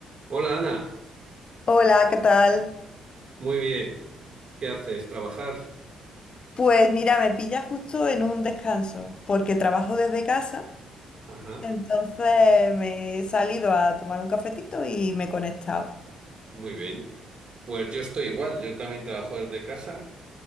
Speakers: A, on the right; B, on the left.
A: Hola Ana,
B: Hola, ¿qué tal?
A: muy bien. ¿Qué haces? ¿Trabajar?
B: Pues mira, me pilla justo en un descanso, porque trabajo desde casa,
A: Ajá,
B: entonces me he salido a tomar un cafetito y me he conectado.
A: muy bien. Pues yo estoy igual, yo también trabajo desde casa